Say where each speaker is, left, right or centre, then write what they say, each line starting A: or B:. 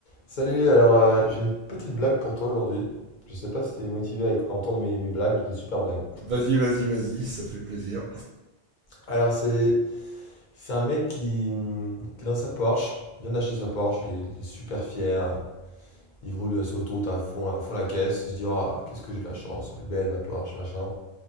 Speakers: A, on the left; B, on the right.
A: Salut, alors euh, j'ai une petite blague pour toi aujourd'hui. Je sais pas si t'es motivé à éc- à entendre mes, mes blagues, j'ai des super blagues.
B: Vas-y, vas-y, vas-y, ça fait plaisir.
A: Alors c'est c'est un mec qui, hum, qui est dans sa Porsche, vient d'acheter sa Porsche, il est, il est super fier, il roule sur l'autoroute à fond, à fond la caisse, il se dit ah qu'est-ce que j'ai de la chance, elle est belle ma Porsche, machin.